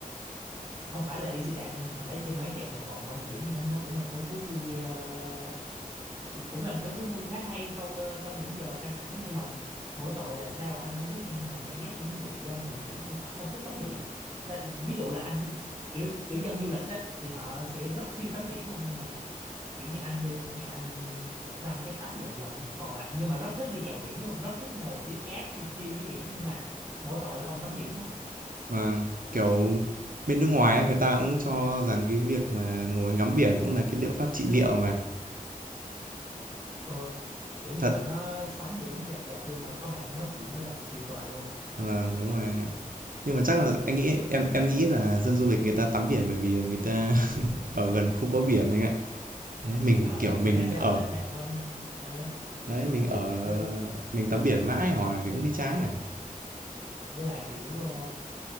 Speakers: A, on the right (about 20°); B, on the right (about 70°).
A: không phải là đi xe đạp nha mà lấy xe máy chạy vòng vòng quanh biển gì đó nó cũng là một cái thú vui ờ, cũng cũng là một cái thú vui khá hay sau ờ, sau những giờ căng thẳng á nhưng mà mỗi tội là sao anh không biết nha nhưng mà cảm giác những người dân vùng biển thì họ không thích tắm biển á. Đây, ví dụ là anh đi kiểu kiểu dân du lịch á thì họ sẽ rất siêng tắm biển luôn nhưng mà kiểu như anh đi thì anh một năm chắc tắm được một lần á còn lại nhưng mà rất thích đi dạo biển luôn rất thích ngồi dưới cát chiêu chiêu dưới biển nhưng mà mỗi tội là không tắm biển thôi
B: Mà kiểu, bên nước ngoài á, người ta cũng cho rằng cái việc mà ngồi ngắm biển cũng là cái liệu pháp trị liệu mà.
A: ờ kiểu ngồi
B: Thật,
A: nó sóng biển nó dập dập vô mà có bạn nói chuyện nữa là tuyệt vời luôn
B: vâng, đúng rồi Nhưng mà chắc là anh nghĩ em em nghĩ là dân du lịch người ta tắm biển bởi vì người ta <laughs> ở gần không có biển anh ạ. Đấy, mình
A: Ờ,
B: kiểu mình
A: người ta sẽ
B: ở
A: ở khách sạn quanh ờ,
B: đấy mình ở
A: với
B: mình tắm biển mãi hoài mình cũng thấy chán này.
A: với lại kiểu ờ,